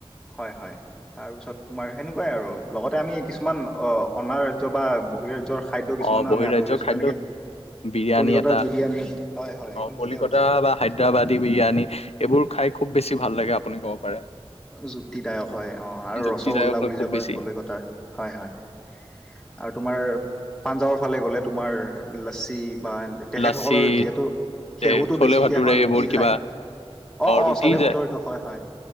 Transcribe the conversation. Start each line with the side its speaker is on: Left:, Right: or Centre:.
Centre: হয়, হয়। তাৰপিছত তোমাৰ সেনেকুৱাই, আৰু লগতে আমি কিছুমান অনাৰয্য বা, বহিৰাজ্যৰ খাদ্য কিছুমান
Left: অ বহিৰাজ্যৰ
Centre: আমি আদৰি লাইছোঁ।
Left: খাদ্য
Centre: যেনেকে,
Left: বিৰিয়ানী
Centre: কলিকতাৰ
Left: এটা,
Centre: বিৰিয়ানী হয় হয় একদম
Left: অ'
Centre: ঠিকে
Left: কলিকতা
Centre: কৈছা
Left: বা হায়দৰাবাদী বিৰিয়ানী এইবোৰ খাই খুব, বেছি ভাল লাগে আপুনি ক'ব পাৰে।
Centre: যূত্তিদায়ক হয় অ' আৰু
Left: যুক্তিদায়ক
Centre: ৰসগোল্লা
Left: হয়
Centre: বুলি
Left: খুব
Centre: যে কয়
Left: বেছি
Centre: কলিকতাৰ হয়, হয়। আৰু তোমাৰ পাঞ্জাৱৰ ফালে গ'লে তোমাৰ লাচছি। বা তেখেতসকলৰ
Left: লাচি
Centre: যিহেতু ঘেহুটো
Left: এ চলে
Centre: বেছিকৈ
Left: ভাটুৰে
Centre: হয়, ৰুটি
Left: এইবোৰ কিবা
Centre: খায়। অ' অ'
Left: ৰুটি
Centre: চলে
Left: যে
Centre: ভতৰিটো হয়, হয়।